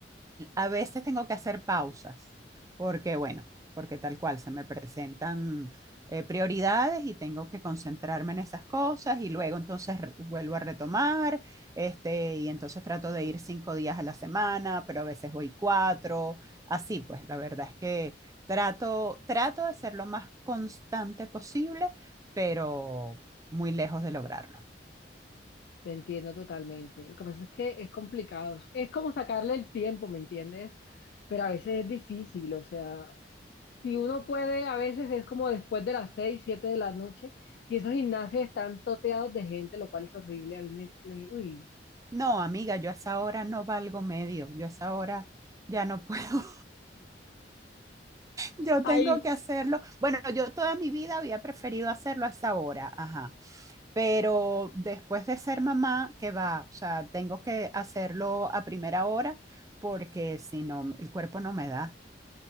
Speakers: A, on the right; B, on the left.
A: A veces tengo que hacer pausas, porque bueno, porque tal cual se me presentan eh, prioridades y tengo que concentrarme en esas cosas y luego entonces re- vuelvo a retomar, este, y entonces trato de ir cinco días a la semana, pero a veces voy cuatro, así pues, la verdad es que trato, trato de ser lo más constante posible, pero muy lejos de lograrlo.
B: Te entiendo totalmente. Lo que pasa es que es complicado. Es como sacarle el tiempo, ¿me entiendes? Pero a veces es difícil, o sea, Si uno puede, a veces es como después de las 6 7 de la noche, y esos gimnasios están toteados de gente, lo cual es horrible. A mí me, me- uy.
A: No, amiga, yo a esa hora no valgo medio, yo a esa hora ya no <laughs> puedo. Yo
B: Ay,
A: tengo que hacerlo. Bueno, yo toda mi vida había preferido hacerlo a esa hora, ajá. Pero después de ser mamá, que va, o sea, tengo que hacerlo a primera hora porque si no, el cuerpo no me da.